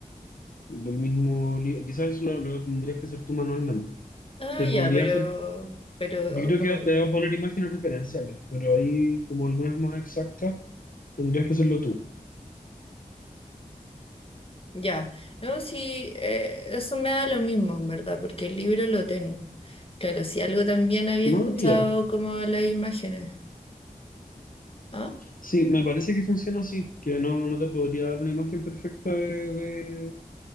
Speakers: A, on the left; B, on the left.
A: del mismo libro. Quizás lo, lo tendrías que hacer tú manualmente.
B: Ah,
A: Te
B: ya,
A: podría
B: pero,
A: hacer,
B: pero
A: yo creo
B: como,
A: que te va a poner imágenes referenciales, pero ahí como algunas más exactas tendrías que hacerlo tú.
B: ya. No, sí, eh, eso me da lo mismo, en verdad, porque el libro lo tengo. Claro, si algo también había
A: No,
B: escuchado
A: ya.
B: como las imágenes. ¿Ah?
A: Sí, me parece que funciona así, que no, no te podría dar una imagen perfecta de, de-